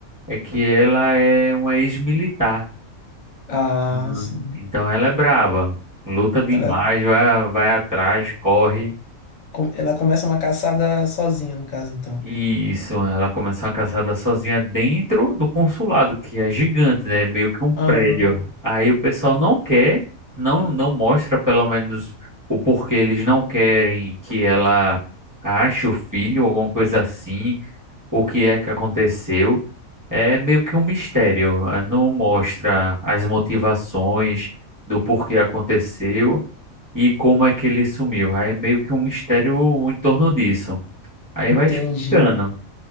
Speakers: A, on the right (about 15°); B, on the left (about 70°).
A: é que ela é uma ex-militar.
B: Ah,
A: Uhum.
B: sim.
A: Então ela é braba, luta demais,
B: Ela,
A: vai, vai atrás, corre.
B: com- ela começa uma caçada sozinha, no caso, então.
A: Isso, ela começou uma caçada sozinha dentro do consulado, que é gigante, né? Meio que um
B: Ah,
A: prédio. Aí o pessoal não quer, não não mostra pelo menos o porquê eles não querem que ela ache o filho, alguma coisa assim, o que é que aconteceu. É meio que um mistério, eh, não mostra as motivações do porquê aconteceu e como é que ele sumiu. Aí É meio que um mistério em torno disso. Aí
B: entendi.
A: vai explicando.